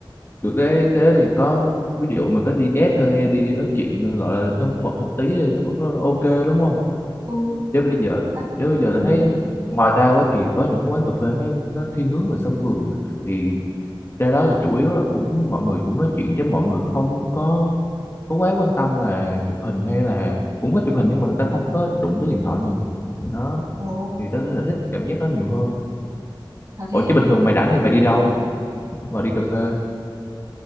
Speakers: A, on the left; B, on the right.
A: được cái thế thì có ví dụ mà có đi date thôi đi nói chuyện gọi là thân mật một tí thì nó vẫn ok đúng không
B: Ừ,
A: chứ bây giờ
B: tao...
A: chứ bây giờ
B: Ừ,
A: ta thấy ngoài ra á, thì có những cái quán cà phê nó nó thiên hướng về sân vườn á. thì ra đó là chủ yếu là cũng mọi người cũng nói chuyện chứ mọi người không có có quá quan tâm là chụp hình hay là cũng có chụp hình nhưng mà người ta không có đụng tới điện thoại nhiều đó
B: ồ,
A: thì tớ có thể thích cảm giác đó nhiều hơn
B: thật đấy,
A: ủa chứ bình thường mày rảnh thì mày đi đâu Mày đi cà phê